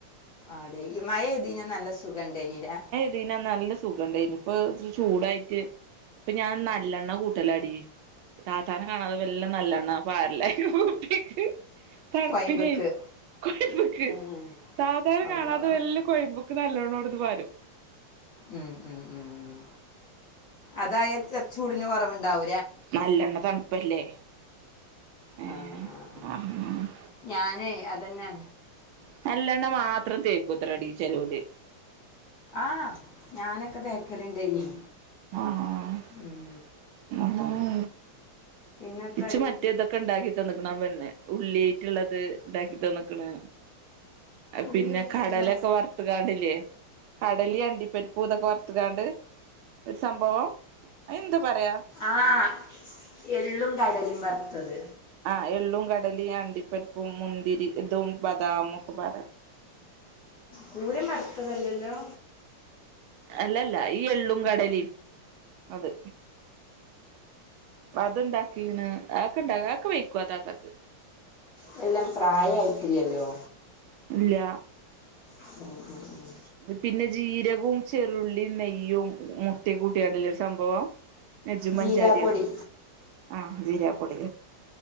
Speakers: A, on the left; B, on the right.
A: ആടി ഈ മയൈതീനന്ന് നല്ല സുഖണ്ടൈനീലേ
B: പിന്നെ നല്ല സുഖണ്ടെെനു ഇപ്പൊ ചൂടായിറ്റ് ഇപ്പ ഞാൻ നല്ലണ്ണ കൂട്ടലടി താത്താനെ കാണാതെ വല്ല നല്ലെണ്ണ.. വർലട്ടക്ക് തണുപ്പിനെ
A: കോയമ്പ്ക്ക്
B: കൊഴമ്പുക്ക്
A: ഏഹ്
B: താത്താനെ
A: അള്ളാ
B: കാണാതെ വലിയ കോഴമ്പുക്ക് ക്ക നല്ലവണ്ണോട് ത് വരും
A: ഉം ഉം ഉം ഉം അതായ ചൂടിന് കൊറവണ്ടാവ
B: നല്ലണ്ണ തണുപ്പല്ലേ <unintelligible>
A: ആ ആ ഞാനേ അതന്നെ
B: നല്ലെണ്ണ മാത്രം തേക്കൂത്ര ടി ചെലോല്
A: ആഹ് ഞാനൊക്കെ തേക്കലുണ്ടനി
B: ആഹ്
A: ഉം
B: <inaudible>
A: പിന്നെത്താടി
B: ഇച്ച് മറ്റേതൊക്കെണ്ടാക്കി തന്നക്ണം പിന്നെ ഉള്ളിട്ടുള്ളത് ഉണ്ടാക്കി തന്നക്ണ്
A: ഉള്ളിയേറ്റതാ
B: പിന്നെ കടലക്കെ വർ.. വാണ്ടല്ലേ കടലി അണ്ടിപ്പരാപ്പു തൊക്കെ വറുത്തുകാണ്ട് ഒരു സംഭവം ആയെന്താ പറയാ?
A: ആഹ എള്ളും കടലും വറുത്തത്
B: ആഹ എള്ളും കടലി അണ്ടിപ്പരിപ്പും മുന്തിരി ഇതും ബദാമും ഒക്കെ പാട
A: കൂര മറുത്തതല്ലല്ലോ
B: അല്ലല്ല ഈ എള്ളും കടലിം. അത് അത്ണ്ടാക്കീണ് ആക്കെ ഇണ്ടാക്കി ആക്കെ വയ്ക്കു അ താത്തക്ക്
A: നല്ലം പ്രായയിട്ടില്ലല്ലോ
B: ഇല്ല
A: <inaudible>
B: പിന്നെ ജീരകും ചെറുള്ളിയ നെയ്യും മുട്ടയും കൂട്ടിയാന്തോരു സംഭവം ചുമഞ്ചാരിയോ
A: ജീരാപ്പൊടി
B: ആഹ ജീരാപ്പൊടി